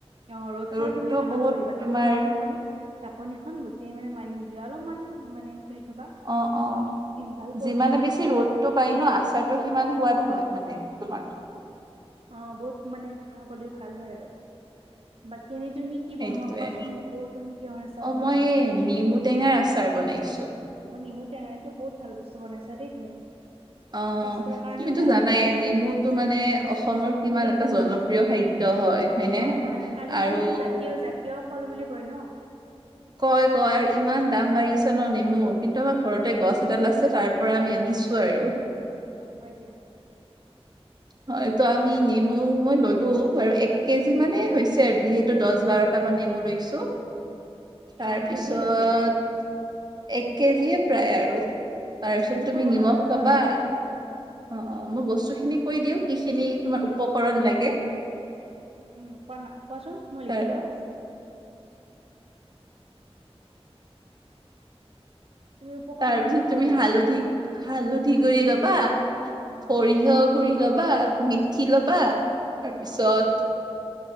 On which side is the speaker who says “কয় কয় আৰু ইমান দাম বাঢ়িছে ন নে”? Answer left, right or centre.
Right